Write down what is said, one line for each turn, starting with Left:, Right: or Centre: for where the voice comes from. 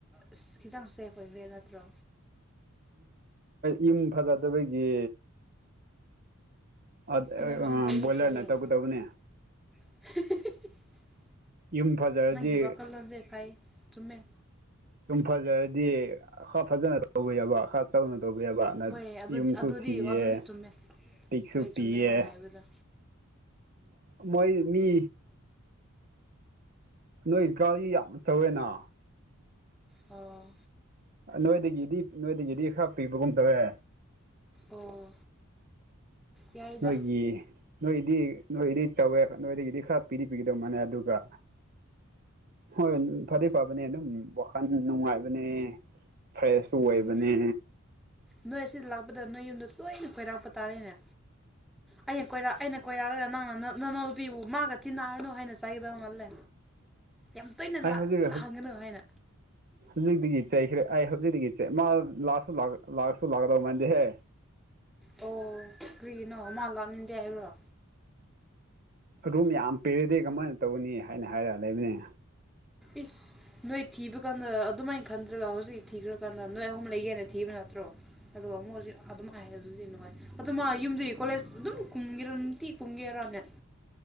Centre: ꯑꯁ ꯈꯤꯇꯪꯁꯦ ꯑꯣꯏꯕ꯭ꯔ ꯅꯠꯇ꯭ꯔꯣ
Right: ꯌꯨꯝ ꯐꯖꯗꯕꯒꯤ ꯑ
Centre: ꯏꯅꯣꯒ꯭ꯔꯦꯁꯟ ꯇꯧꯋꯤ
Right: ꯕꯣꯏꯂꯔꯅꯦ
Centre: ꯀꯥꯏꯌꯦ
Right: ꯇꯧꯒ ꯇꯧꯅꯦ
Centre: <unintelligible>
Right: ꯌꯨꯝ ꯐꯖꯔꯗꯤ
Centre: ꯅꯪꯒꯤ ꯋꯥꯈꯜꯂꯣꯟꯁꯦ ꯐꯩ ꯆꯨꯝꯃꯦ
Right: ꯁꯨꯝ ꯐꯖꯔꯗꯤ ꯈ ꯐꯖꯅ ꯇꯧꯕ ꯌꯥꯕ ꯈꯥ ꯆꯥꯎꯅ ꯇꯧꯕ ꯑꯕꯅ
Centre: ꯍꯣꯏ ꯑꯗꯨꯗꯤ
Right: ꯌꯨꯝꯁꯨ
Centre: ꯑꯗꯨꯗꯤ
Right: ꯊꯤꯌꯦ
Centre: ꯑꯗꯨꯗꯤ ꯆꯨꯝꯃꯦ
Right: ꯄꯤꯛꯁꯨ
Centre: ꯍꯣꯏ ꯆꯨꯝꯃꯦꯅꯣ
Right: ꯄꯤꯌꯦ
Centre: ꯍꯥꯏꯕꯗ
Right: ꯃꯣꯏ ꯃꯤ ꯅꯣꯏꯒꯥꯥꯔꯤ ꯌꯥꯝ ꯇꯧꯋꯦꯅ
Centre: ꯑꯣ
Right: ꯅꯣꯏꯗꯒꯤꯗꯤ ꯅꯣꯏꯗꯒꯤꯗꯤ ꯈꯔ ꯄꯤꯕꯒꯨꯝ ꯇꯧꯔꯦ
Centre: ꯑꯣ ꯌꯥꯏꯗ
Right: ꯑꯩꯣꯏꯒꯤ ꯅꯣꯏꯗꯤ ꯅꯣꯏꯗꯤ ꯆꯥꯎꯧꯋꯦ ꯅꯣꯏꯗꯒꯤꯗꯤ ꯈꯔ ꯄꯤꯔꯤ ꯄꯤꯒꯗꯧ ꯃꯥꯅꯦ ꯑꯗꯨꯒ ꯍꯣꯏ ꯐꯗꯤ ꯐꯕꯅꯦ ꯑꯗꯨꯝ ꯋꯥꯈꯜ ꯅꯨꯡꯉꯥꯏꯕꯅꯦ ꯐ꯭ꯔꯦꯁꯁꯨ
Centre: ꯎꯝ
Right: ꯑꯣꯏꯕꯅꯦ
Centre: ꯅꯣꯏ ꯑꯁꯤ ꯂꯥꯛꯄꯗ ꯅꯣꯏ ꯌꯨꯝꯗ ꯇꯣꯏꯅ ꯀꯣꯏꯔꯥꯛꯄ ꯇꯥꯔꯤꯅꯦ ꯑꯩꯅ ꯀꯣꯏꯔ ꯑꯩꯅ ꯀꯣꯏꯔꯥꯛꯂꯒ ꯅꯪ ꯅ ꯅ ꯅ ꯅꯪ ꯅꯨꯄꯤꯕꯨ ꯃꯥꯒ ꯆ ꯊꯤꯟꯅꯅꯥꯔꯅꯨ ꯍꯥꯏꯅ ꯆꯥꯏꯒꯗꯧ ꯃꯥꯜꯂꯦ ꯌꯥꯝ ꯇꯣꯏꯅ
Right: ꯑꯩ ꯍꯧꯖꯤꯛ
Centre: ꯂꯥꯛꯍꯥꯡꯒꯅꯨ ꯍꯥꯏꯅ
Right: ꯍꯧꯖꯤꯛꯇꯒꯤ ꯆꯩꯈ꯭ꯔꯦ ꯑꯩ ꯍꯧꯖꯤꯛꯗꯒꯤꯁꯦ ꯃꯥ ꯂꯥꯛꯑꯁꯨꯥꯛ ꯂꯥꯛꯁꯨ ꯂꯥꯛꯀꯗꯧ ꯃꯗꯤꯍꯦ
Centre: ꯑꯣ ꯀꯔꯤꯒꯤꯅꯣ ꯃꯥ ꯂꯥꯛꯅꯤꯡꯗꯦ ꯍꯥꯏꯕ꯭ꯔꯣ
Right: ꯑꯗꯨꯝ ꯌꯥꯝ ꯄꯦꯔꯗꯤ ꯀꯃꯥꯏꯅ ꯇꯧꯅꯤ ꯍꯥꯏꯅ ꯍꯥꯏꯔꯛ ꯂꯩꯕꯅꯦ
Centre: ꯏꯁ ꯅꯣꯏ ꯊꯤꯕ ꯀꯥꯟꯗ ꯑꯗꯨꯃꯥꯏꯅ ꯈꯟꯗ꯭ꯔꯒ ꯍꯧꯖꯤꯛ ꯊꯤꯈ꯭ꯔꯀꯥꯟꯗ ꯅꯣꯏ ꯑꯍꯨꯝ ꯂꯩꯒꯦꯅ ꯊꯤꯕꯅꯤ ꯅꯠꯇ꯭ꯔꯣ ꯑꯗꯨꯒ ꯃꯛꯁꯨ ꯑꯗꯨꯃꯥꯏ ꯍꯥꯏ ꯑꯗꯨꯗꯤ ꯅꯨꯡꯉꯥꯏ ꯑꯗꯨ ꯃꯥ ꯌꯨꯝꯗꯤ ꯀꯣꯂꯦꯖ ꯑꯗꯨꯝ ꯀꯨꯝꯦꯔꯗꯤꯤ ꯀꯨꯝꯒꯦꯔ ꯅꯦ